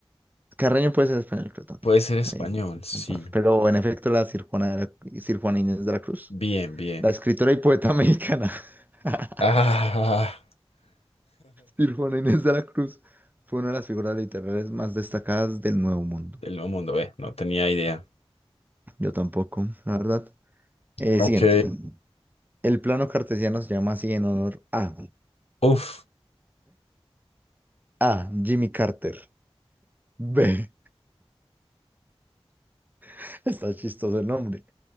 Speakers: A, on the right; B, on the left.
A: Carreño puede ser español, creo también.
B: puede ser español,
A: Ahí
B: sí.
A: comparto. Pero en efecto, la Sir Juana, de la- Sir Juana Inés de la Cruz,
B: Bien, bien.
A: la escritora y poeta mexicana. <laughs>
B: Ah,
A: Y Juana Inés de la Cruz fue una de las figuras literarias más destacadas del Nuevo Mundo.
B: <laughs> el nuevo mundo, ve, no tenía idea.
A: Yo tampoco, la verdad. Eh,
B: Ok.
A: siguiente. El plano cartesiano se llama así en honor a
B: Uf.
A: A. Jimmy Carter. B. <laughs> Está chistoso el nombre.